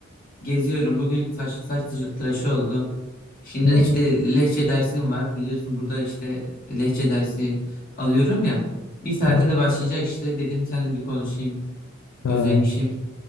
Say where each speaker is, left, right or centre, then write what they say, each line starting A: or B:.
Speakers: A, on the left; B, on the left.
A: Geziyorum. Bugün saç, saç tı- tıraşı oldum. Şimdi
B: Hı.
A: işte lehçe dersim var. Biliyorsun burada işte lehçe dersi alıyorum ya. Bir saate
B: He.
A: de başlayacak işte. Dedim seninle bir konuşayım.
B: Ha,
A: Özlemişim.